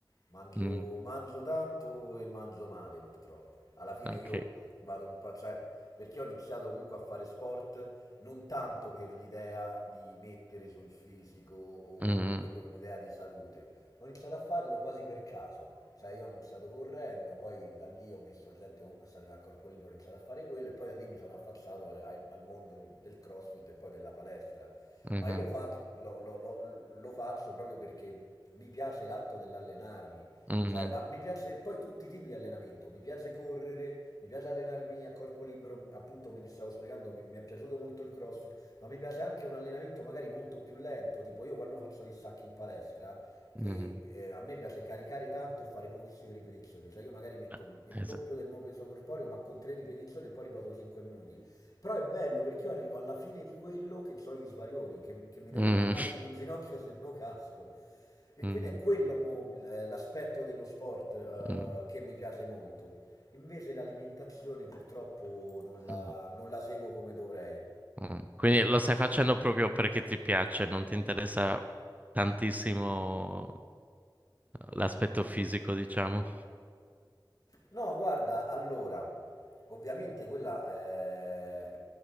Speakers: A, on the left; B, on the right.
A: Mangio,
B: Mm,
A: mangio tanto e mangio male, purtroppo. Alla fine
B: ok.
A: io vado un po', cioè, perché ho iniziato comunque a fare sport non tanto per l'idea di mettere sul fisico o
B: Mm,
A: comunque per un'idea di salute. Ho iniziato a farlo quasi per caso. Cioè, io ho iniziato correndo, poi da lì ho visto la gente comunque stare a corpo libero, ho iniziato a fare quello, e poi da lì mi sono affacciato a- ai- al mondo del CrossFit e poi della palestra.
B: mhm,
A: Ma io lo, fa- lo- lo- lo- lo faccio proprio perché mi piace l'atto dell'allenarmi.
B: mhm,
A: Cioè, ma mi piace poi tutti i tipi di allenamento, mi piace correre, mi piace allenarmi a corpo libero, appunto come ti stavo spiegando, mi, mi è piaciuto molto il CrossFit, ma mi piace anche un allenamento magari molto più lento, tipo io quando faccio gli stacchi in palestra, che
B: mhm.
A: eh, a me piace caricare tanto e fare pochissime ripetizioni, cioè io magari metto
B: Eh,
A: il
B: Esatto.
A: doppio del mio peso corporeo ma con tre ripetizioni e poi ripeto 5 minuti, però è bello perché io arrivo alla fine di quello che ho gli svarioni, che, che mi devo
B: Mm,
A: mettere un attimo in ginocchio <laughs> se no casco.
B: <laughs>
A: E
B: mm,
A: quindi è quello mo- eh, l'aspetto dello sport eh,
B: mm,
A: che mi piace molto. Invece l'alimentazione purtroppo non la
B: mm,
A: non la seguo come dovrei.
B: mm. Quindi lo stai facendo proprio perché ti piace, non ti interessa tantissimo eh, l'aspetto fisico, diciamo.
A: No, guarda, allora, ovviamente quella eh,